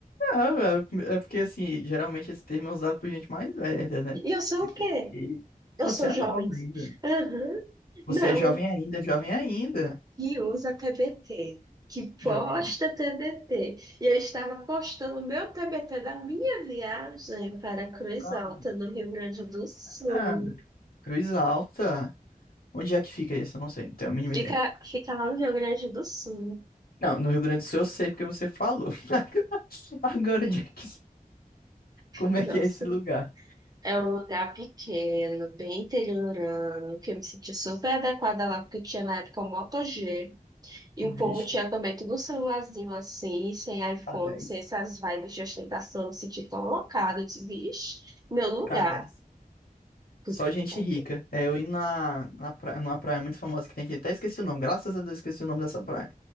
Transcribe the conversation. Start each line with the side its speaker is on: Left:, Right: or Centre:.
Left: Ah, é é porque, assim, geralmente esse termo é usado por gente mais velha, né?
Right: E eu sou
Left: TBT.
Right: o quê? Eu
Left: Você
Right: sou
Left: é
Right: jovem.
Left: nova ainda.
Right: Aham.
Left: Você
Right: Não,
Left: é jovem ainda, jovem ainda.
Right: que usa TBT, que posta
Left: Jovem ainda.
Right: TBT. E eu estava postando o meu TBT da minha viagem para Cruz
Left: Pronto.
Right: Alta, no Rio Grande do Sul.
Left: Ah, Cruz Alta. Onde é que fica isso? Eu não sei, não tenho a mínima
Right: Fica,
Left: ideia.
Right: fica lá no Rio Grande do Sul.
Left: Não, no Rio Grande do Sul eu sei porque você falou. <laughs> Agora, onde é que... Como
Right: Nossa,
Left: é que é esse lugar?
Right: é um lugar pequeno, bem interiorano, que eu me senti super adequada lá, porque eu tinha na época o Moto G, e o povo
Left: Vixe,
Right: tinha também tudo um celularzinho assim, sem iPhone,
Left: k dez,
Right: sem essas vibes de ostentação, eu me senti tão alocada, eu disse, vixe, meu lugar.
Left: k dez.
Right: Cuscalco.
Left: Só gente rica. É, eu indo na, na praia, numa praia muito famosa que tem aqui. Até esqueci o nome. Graças a Deus esqueci o nome dessa praia.